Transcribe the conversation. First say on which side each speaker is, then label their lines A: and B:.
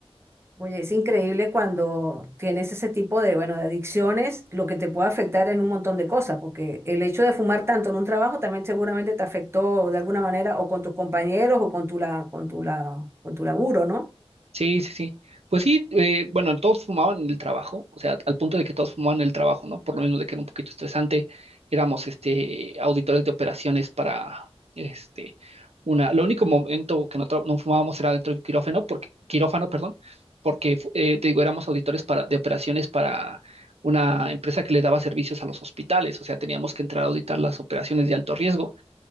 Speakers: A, on the right; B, on the right.
A: Oye, es increíble cuando tienes ese tipo de, bueno, de adicciones, lo que te puede afectar en un montón de cosas, porque el hecho de fumar tanto en un trabajo también seguramente te afectó de alguna manera o con tus compañeros o con tu la, con tu la, con tu laburo, ¿no?
B: Sí, sí, sí. Pues sí, eh, bueno, todos fumaban en el trabajo, o sea, al punto de que todos fumaban en el trabajo, ¿no? Por lo menos de que era un poquito estresante, éramos este, auditores de operaciones para este, una. Lo único momento que no, tra- no fumábamos era dentro del quirófano, porque, quirófano, perdón, porque fu- eh, te digo, éramos auditores para, de operaciones para una empresa que le daba servicios a los hospitales, o sea, teníamos que entrar a auditar las operaciones de alto riesgo